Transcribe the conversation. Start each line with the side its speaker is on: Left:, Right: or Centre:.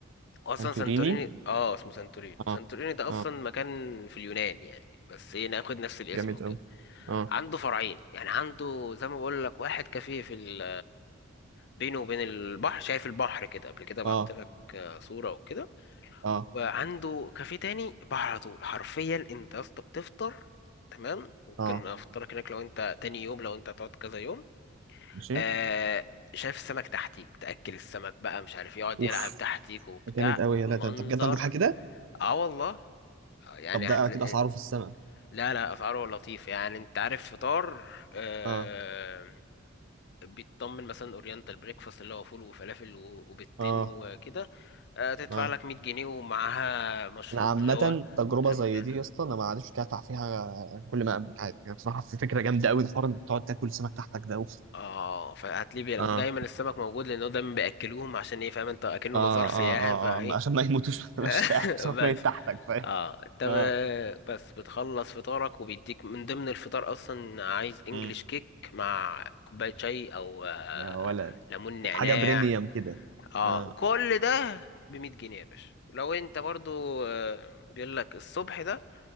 Left: اصلا
Right: سانتوريني
Left: سانتوريني اه اسمه سانتورينو سانتوريني
Right: اه
Left: ده اصلا
Right: اه
Left: مكان في اليونان يعني بس ايه ناخد نفس الاسم
Right: جامد
Left: وكده
Right: قوي اه
Left: عنده فرعين يعني عنده زي ما بقول لك واحد كافيه في ال بينه وبين البحر شايف البحر كده قبل كده بعت
Right: اه
Left: لك آه، صورة وكده
Right: اه
Left: وعنده كافيه تاني بحر على طول حرفيا انت يا اسطى بتفطر تمام ممكن
Right: اه
Left: افطرك هناك لو انت تاني يوم لو انت هتقعد كذا يوم
Right: ماشي
Left: آه شايف السمك تحتيك تأكل السمك بقى مش عارف يقعد
Right: اوف
Left: يلعب تحتيك وبتاع
Right: ده جامد قوي يا
Left: منظر
Right: لا ده انت بجد عندك حاجه كده
Left: اه والله آه، يعني
Right: طب ده
Left: هتلاقي
Right: كده اسعاره في السماء
Left: لا لا اسعاره لطيفه يعني انت عارف فطار آه
Right: اه
Left: بيتطمن مثلا اورينتال بريكفاست اللي هو فول وفلافل و- وبيضتين
Right: اه
Left: وكده آه تدفع
Right: اه
Left: لك 100 جنيه ومعاها مشروب
Right: انا عامة
Left: اللي هو
Right: تجربة
Left: ليمونانا
Right: زي دي يا اسطى انا ما عادش كافح فيها كل ما املك عادي يعني بصراحة في فكرة جامدة قوي الحوار انك تقعد تاكل سمك تحتك ده اوف
Left: اه فهات ليبيا لا
Right: اه
Left: ودايما السمك موجود لانه دايما بياكلوهم عشان ايه فاهم انت اكنه
Right: اه
Left: مزار سياحي
Right: اه اه
Left: فايه
Right: آه. عشان ما يموتوش ما تبقاش
Left: <laughs>
Right: <laughs> تاكل سمك
Left: بس
Right: ميت تحتك فاهم
Left: اه انت ب-
Right: اه
Left: بس بتخلص فطارك وبيديك من ضمن الفطار اصلا عايز انجلش
Right: امم
Left: كيك مع كوباية شاي او آه،
Right: يا ولد
Left: ليمون نعناع
Right: حاجة بريميوم كده
Left: اه
Right: اه
Left: وكل ده بمية جنيه يا باشا لو انت برضو آه، بيقول لك الصبح ده